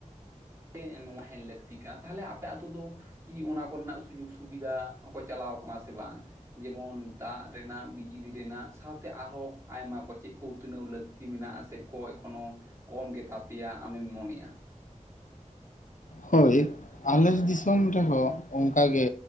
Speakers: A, on the right (about 20°); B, on the left (about 75°).
A: <unintelligible> ᱱᱚᱣᱟ ᱦᱮᱡ ᱞᱟᱹᱠᱛᱤᱜ ᱠᱟᱱᱟ ᱛᱟᱦᱚᱞᱮ ᱟᱯᱮ ᱟᱛᱳ ᱫᱚ ᱠᱤ ᱚᱱᱟ ᱠᱚᱨᱮᱱᱟᱜ ᱥᱩᱡᱳᱜᱽ ᱥᱩᱵᱤᱫᱷᱟ ᱠᱚ ᱪᱟᱞᱟᱣ <unintelligible> ᱥᱮ ᱵᱟᱝ ᱡᱮᱢᱚᱱ ᱫᱟᱜ ᱨᱮᱱᱟᱜ ᱵᱤᱡᱽᱞᱤ ᱨᱮᱱᱟᱜ ᱥᱟᱶᱛᱮ ᱟᱨᱦᱚᱸ ᱟᱭᱢᱟ ᱠᱚ ᱪᱮᱫ ᱠᱚ ᱩᱛᱱᱟᱹᱣ ᱞᱟᱹᱠᱛᱤ ᱢᱮᱱᱟᱜ-ᱟ ᱥᱮ ᱠᱚ ᱮᱠᱷᱚᱱᱳ ᱠᱚᱢ ᱜᱮᱛᱟᱯᱮᱭᱟ ᱟᱢᱮᱢ ᱢᱚᱱᱮᱭᱟ
B: ᱦᱳᱭ ᱟᱞᱮ ᱫᱤᱥᱚᱢ ᱨᱮᱦᱚᱸ ᱚᱱᱠᱟᱜᱮ